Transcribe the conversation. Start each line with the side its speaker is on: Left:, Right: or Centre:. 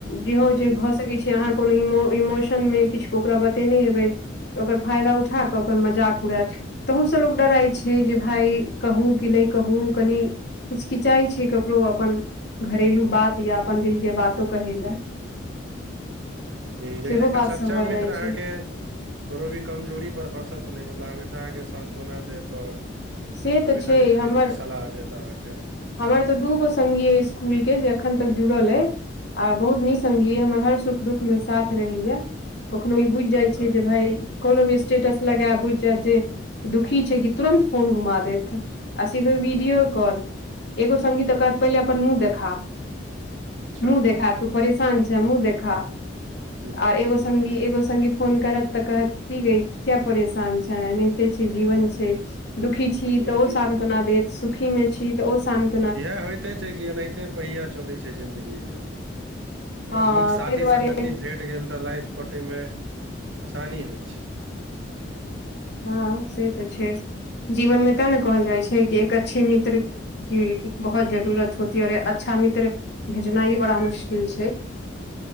Left: जेहो
Right: हुं
Left: जे भए सकै छै। छै आहाँ कोनो इमोशन मे किछ ओकरा बतेने हेबै। तऽ ओकर फायदा उठा कऽ ओकर मजाक उड़ेत। तहू से लोक डराइ छै जे भाय कहू कि नै। कहू कनि हिचकिचाइ छै ककरो अपन। घरेलू बात या अपन दिलके बातो कहै लए।
Right: हँ लेकिन
Left: सेहो
Right: एकटा
Left: बात
Right: सच्चा
Left: सब भऽ
Right: मित्र
Left: जाइ
Right: आहाँके।
Left: छै
Right: कोनो भी कमजोरी पर हँसत नै मतलब हमेशा आहाँ के सानत्वना देत और
Left: से
Right: हमेशा
Left: तऽ
Right: जे छै से
Left: हमर
Right: नीक सलाह देता आहाँके।
Left: हमर तऽ दूगो संघी अइ स्कूल के जे अखन तक जुड़ल अइ। आ बहुत निक संघी या हमर हर सुख दुख मे साथ रहैया। कखनो ई बुइझ जाय
Right: वाह
Left: छै से
Right: वाह
Left: भाय। कोनो भी स्टेटस लगेब बुइझ जेेएत जे दुखी छै कि तुरन्त। फोन घुमा देत आ सीधे वीडियो कॉल। एगो संगी तऽ कहत पहिले अपन मुँह देखा।
Right: अच्छा
Left: मुँह देखा तू परेशान छै मुँह देखा।
Right: ई बात
Left: और एगो
Right: छै
Left: संगी एगो संगी फोन करत तऽ कहत की गई किया परेशान छें एनैहते छै जीवन छै। दुःखी छी
Right: हुं
Left: तऽ ओ
Right: हुं
Left: शानत्ना
Right: हुं
Left: देत सुखी छी तऽ ओ शान्त।
Right: इएहे होइते छै कि एनाहिते पहिया चलै छै जिंन्दगीमे। अगर
Left: हँ
Right: नीक साथी
Left: ताहि दुआरे
Right: संगति भेट गेल तऽ लाइफ कटैयमे आसानी होय छै।
Left: हँ से तऽ छै जीवन मे
Right: हुं
Left: तें ने कहल जाय छै कि एक अच्छे मित्र। की बहुत जरूरत होतीऔर अच्छा मित्र। भेजनाइ बड़ा मुश्किल छै।